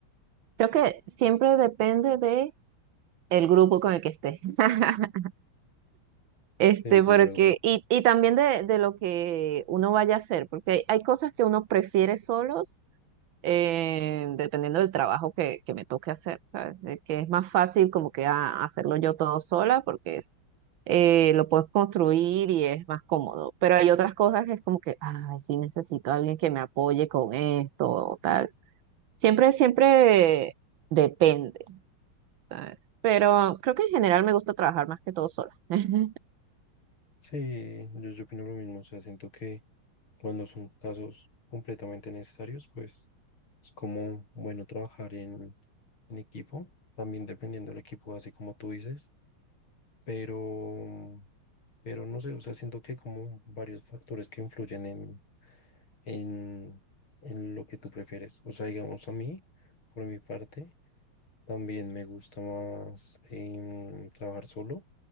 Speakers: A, on the right (about 70°); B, on the left (about 70°).
A: Creo que siempre depende de el grupo con el que estés. <laughs> Este,
B: Sí, Eso
A: porque,
B: es verdad.
A: y, y también de, de lo que uno vaya a hacer, porque hay, hay cosas que uno prefiere solos, eh, dependiendo del trabajo que, que me toque hacer, ¿sabes? De Que es más fácil como que a- hacerlo yo todo sola, porque es, eh, lo puedes construir y es más cómodo. Pero hay otras cosas que es como que, ay, sí necesito a alguien que me apoye con esto o tal. Siempre, siempre depende, ¿sabes? Pero creo que en general me gusta trabajar más que todo sola. <laughs>
B: Sí, yo, yo opino lo mismo, o sea, siento que Cuando son casos completamente necesarios, pues es como bueno trabajar en, en equipo, también dependiendo del equipo, así como tú dices, pero, pero no sé, o sea, siento que hay como varios factores que influyen en, en, en lo que tú prefieres. O sea, digamos a mí, por mi parte, también me gusta más em, trabajar solo,